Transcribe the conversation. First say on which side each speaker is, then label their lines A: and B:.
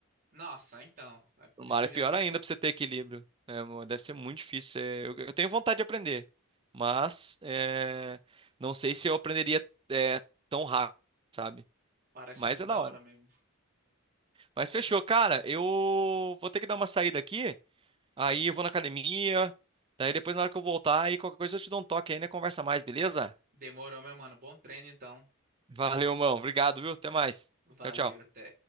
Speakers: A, on the right (about 40°); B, on the right (about 25°).
A: Nossa, então. É por
B: No mar
A: isso que
B: é
A: eu
B: pior
A: já fico.
B: ainda pra você ter equilíbrio. É, mo- deve ser muito difícil. É, eu, eu tenho vontade de aprender, mas é, não sei se eu aprenderia é, tão rápido, sabe?
A: Parece
B: Mas
A: muito
B: é
A: da
B: da hora.
A: hora mesmo.
B: Mas fechou, cara. Eu vou ter que dar uma saída aqui. Aí eu vou na academia. Daí depois, na hora que eu voltar, aí qualquer coisa eu te dou um toque aí, né? Conversa mais, beleza?
A: Demorou, meu mano. Bom treino, então.
B: Valeu, mão. Obrigado, viu? Até mais.
A: Valeu,
B: Tchau, tchau.
A: até.